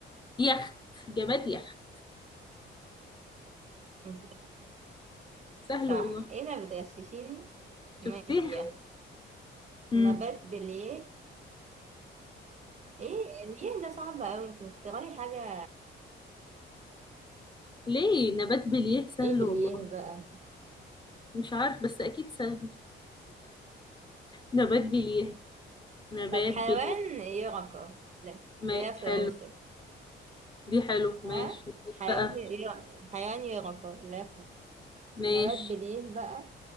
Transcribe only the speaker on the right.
<laughs> انت
صح
ايه ده بتغششيني ماشي
يا اخي
نبات بليه ايه ليه ده صعب اوي انت مختاري حاجه
ايه
بليه بقى
طب حيوان
يرقة لا
لا فروشه
ها
حيوان
ايه حيوان يرقى لا
نبات بديه بقى